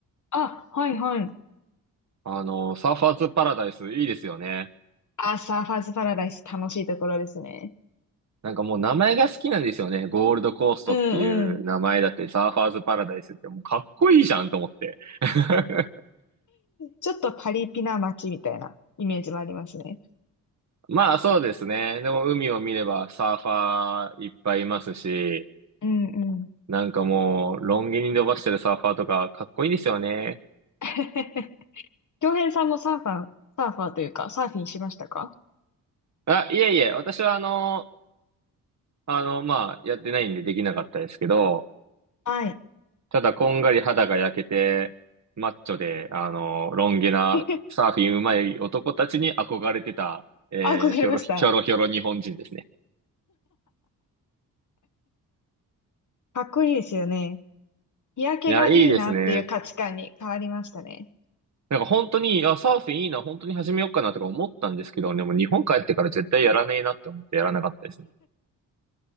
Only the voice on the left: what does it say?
あ、はいはい。
あ、サーファーズパラダイス楽しいところですね。
うんうん。
ちょっとパリピな街みたいなイメージもありますね。
うんうん。
<laughs> 京平さんもサーファー、サーファーというか、サーフィンしましたか
はい。
<laughs>
憧れました
かっこいいですよね。日焼けがいいなっていう価値観に変わりましたね。